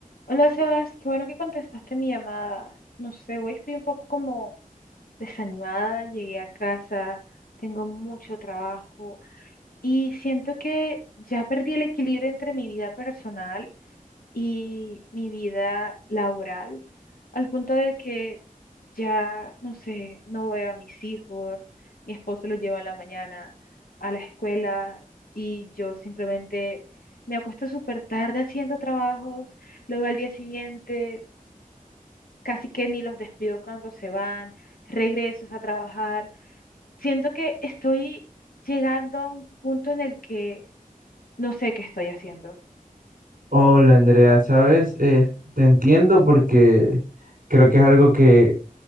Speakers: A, on the left; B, on the right.
A: Hola Sebas, qué bueno que contestaste mi llamada. No sé, hoy estoy un poco como desanimada, llegué a casa, tengo mucho trabajo y siento que ya perdí el equilibrio entre mi vida personal y mi vida laboral, al punto de que ya, no sé, no veo a mis hijos, mi esposo los lleva en la mañana a la escuela y yo simplemente me acuesto súper tarde haciendo trabajos. Luego al día siguiente casi que ni los despido cuando se van, regresos a trabajar. Siento que estoy llegando a un punto en el que no sé qué estoy haciendo.
B: Hola Andrea, ¿sabes? Eh, te entiendo porque creo que es algo que